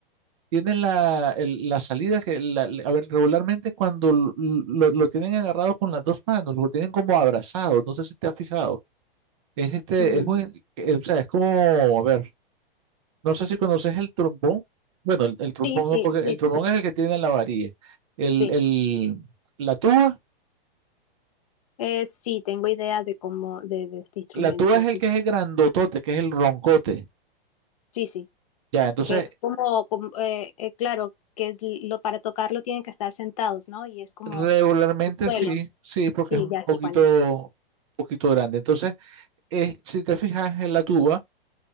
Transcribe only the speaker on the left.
Ujú.
Sí, sí,
sí,
sí.
Eh, sí, tengo idea de cómo, de, de este instrumento.
Sí, sí,
que es como, como, eh, eh, claro, que lo, para tocarlo tienen que estar sentados, ¿no? Y es como
suelo.
Sí,
ya sé
cuál es.